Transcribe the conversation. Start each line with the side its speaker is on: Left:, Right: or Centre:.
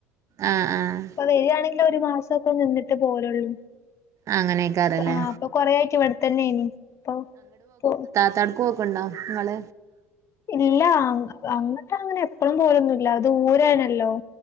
Right: ആഹ് ആഹ്
Left: ഇപ്പൊ വരിണെങ്കിലില് ഒരു മാസവൊക്കെ നിന്നിട്ട് പോലള്ളൂ
Right: അങ്ങനെയ്ക്കാരല്ലേ
Left: ആ പ്പൊ കൊറേ ആയിറ്റ് ഇവിടെത്തന്നെയിനി പ്പൊപ്പൊ
Right: ത്താട്ക്കോക്ക്ണ്ടോ ങ്ങള്ത
Left: ഇല്ല അങ്ങ് അങ്ങട്ടങ്ങനെ എപ്പളും പോലൊന്നുല്ല അത് ദൂരെണല്ലോ